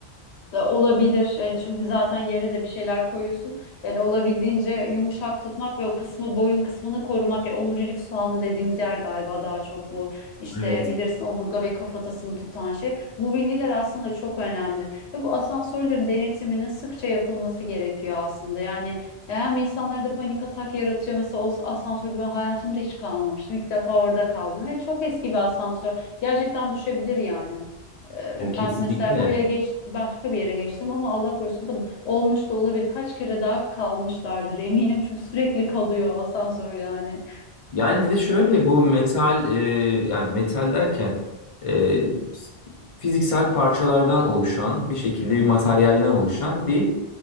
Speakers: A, on the left; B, on the left.
A: da olabilir. E, çünkü zaten yere de bir şeyler koyuyorsun. Yani olabildiğince yumuşak tutmak ve o kısmı boyun kısmını korumak. Yani omurilik soğanı dediğimiz yer galiba daha çok bu. İşte
B: Evet.
A: bilirsin omurga ve kafatasını tutan şey. Bu bilgiler aslında çok önemli. Ve bu asansörlerin denetiminin sıkça yapılması gerekiyor aslında. Yani hem insanlarda panik atak yaratıyor. Mesela o asansörde ben hayatımda hiç kalmamıştım. İlk defa orada kaldım ve çok eski bir asansör. Gerçekten düşebilir yani. Ee,
B: Ya
A: Ben
B: kesinlikle.
A: mesela buraya geç başka bir yere geçtim ama Allah korusun da olmuş da olabilir. Kaç kere daha kalmışlardır eminim çünkü sürekli kalıyor asansör yani.
B: Yani
A: Ee,
B: bir de şöyle bu metal e, yani metal derken e, fiziksel parçalardan oluşan bir şekilde bir materyalden oluşan bir